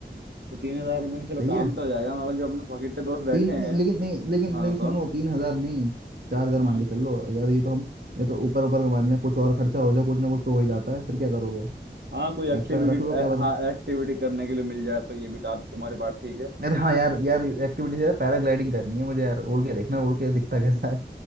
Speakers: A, on the right; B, on the right.
A: तो तीन हजार रुपये में चलो
B: सही
A: काम
B: है
A: तो हो जाएगा मगर जो अपने पॉकेट के दोस्त बैठे
B: तीन
A: हैं
B: नहीं, लेकिन नहीं लेकिन
A: हाँ
B: लेकिन
A: बताओ
B: सुनो तीन हजार नहीं चार हजार
A: हम्म
B: मान के चल लो यार ये तो हम ये तो ऊपर ऊपर का मान लें कुछ और खर्चा हो जाए कुछ ना कुछ तो हो ही जाता है फिर क्या करोगे
A: हाँ कोई एक्टिविटी
B: एक्स्ट्रा रख लो क्या पता
A: हाँ एक्टिविटी करने के लिए मिल जाए तो ये भी टा- तुम्हारी बात ठीक है
B: अरे हाँ यार यार एक्टिविटीज यार पैराग्लाइडिंग करनी है मुझे यार उड़ के देखना उड़ के दिखता कैसा है